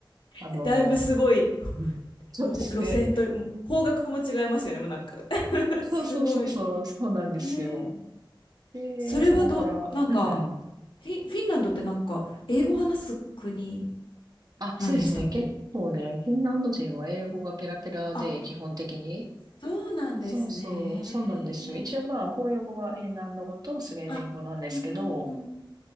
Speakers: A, on the left (about 75°); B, on the right (about 50°).
A: <laughs>
B: あの、
A: だいぶすごい、
B: うんそうですね。
A: もうほ路線と、もう方角も違いますよね、もうなんか <laughs>
B: そうそうそうそう、
A: すごい。
B: そうなんですよ。
A: へえ。
B: で、
A: それはど、
B: そこから、
A: なんか、
B: うんうん。
A: フィン、フィンランドってなんか、英語話す国
B: あ、
A: なんでしたっけ
B: そうですね。結構ね、フィンランド人は英語がペラペラで、
A: あ、
B: 基本的に、
A: そうなんですね。
B: そうそう、そうなんですよ。
A: へえ。
B: 一応まあ、公用語がフィンランド語とスウェーデン語なんですけど、
A: あ、うんうんうん。